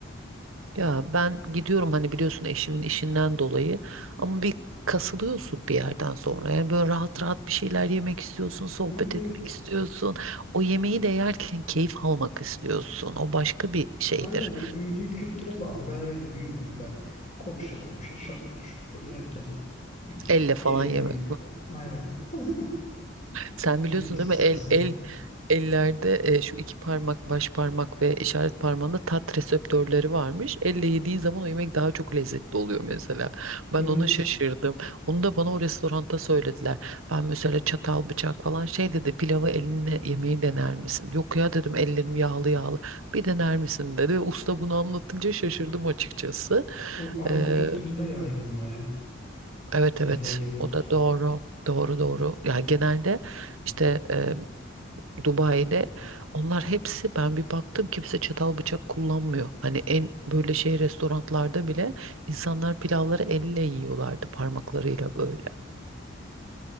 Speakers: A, on the right; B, on the left.
A: Ya ben gidiyorum hani biliyorsun eşimin işinden dolayı ama bir kasılıyorsun bir yerden sonra. Yani böyle rahat rahat bir şeyler yemek istiyorsun, sohbet
B: Evet evet.
A: etmek istiyorsun. O yemeği de yerken keyif almak istiyorsun. O başka bir şeydir.
B: Aynen o büyüdüğün kültüre bağlı. Ben öyle büyümedim ben. Konuşa konuşa şapur şupur yerken hmm,
A: Elle
B: yiyerek
A: falan yemek
B: büyüdüm. Aynen. <laughs>
A: Sen
B: Gereksiz
A: biliyorsun değil mi?
B: kasındı.
A: El el ellerde e, şu iki parmak, baş parmak ve işaret parmağında tat reseptörleri varmış. Elle yediğin zaman o yemek daha çok lezzetli oluyor mesela. Ben
B: Evet.
A: ona şaşırdım. Onu da bana o restoranda söylediler. Ben mesela çatal, bıçak falan şey dedi. Pilavı elinle yemeği dener misin? Yok ya dedim ellerim yağlı yağlı. Bir dener misin dedi. Ve usta bunu anlatınca şaşırdım açıkçası.
B: O Arap
A: Ee,
B: kültüründe yaygın baya.
A: evet
B: Elle
A: evet
B: yemek.
A: o da doğru. Doğru doğru. Yani genelde işte e, Dubai'de onlar hepsi ben bir baktım kimse çatal bıçak kullanmıyor. Hani en böyle şey restoranlarda bile insanlar pilavları elle yiyorlardı parmaklarıyla böyle.